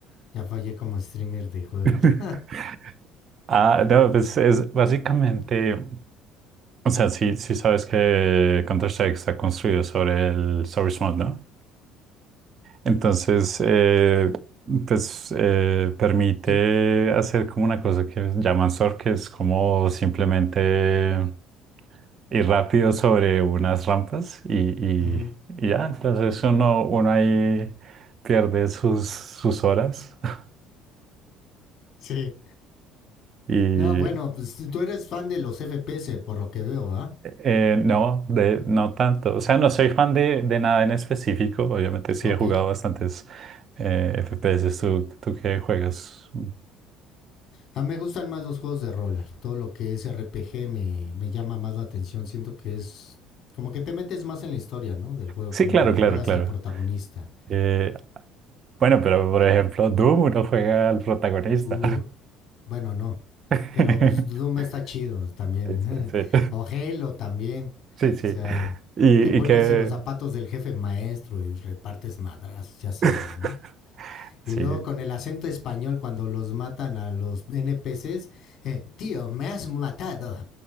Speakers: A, on the left (about 50°); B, on the right (about 45°).
A: Ya fallé como streamer de juegos.
B: <laughs> Ah, no, pues es básicamente. O sea, sí, sí sabes que Counter-Strike está construido sobre el source mode, ¿no? Entonces, eh, pues eh, permite
A: Tú-
B: hacer como una cosa que llaman surf, que es como simplemente ir rápido sobre unas rampas y, y-
A: Ujú.
B: y ya. Entonces uno, uno ahí pierde sus, sus horas. <laughs>
A: Sí.
B: Y
A: No, bueno, pues tú eres fan de los FPS, por lo que veo, ¿va?
B: eh, no, de, no tanto. O sea, no soy fan de, de nada en específico. Obviamente sí
A: Ok.
B: he jugado bastantes eh, FPS, ¿tú, tú qué juegas?
A: A mí me gustan más los juegos de rol. Todo lo que es RPG me, me llama más la atención. Siento que es como que te metes más en la historia, ¿no? Del juego,
B: Sí,
A: como
B: claro,
A: que juegas
B: claro, claro.
A: al protagonista.
B: Eh, bueno, pero por ejemplo, Doom uno juega al protagonista.
A: Uh, bueno, no.
B: <laughs>
A: Pero pues Doom está chido también.
B: Sí, sí, sí.
A: <laughs> o Halo también. O
B: Sí, sí.
A: sea,
B: Y,
A: te pones
B: y que...
A: en los zapatos del jefe maestro y repartes madrazos, ya sabes,
B: <laughs>
A: ¿no? Y
B: Sí.
A: luego con el acento español cuando los matan a los NPCs, eh, tío, me has matado.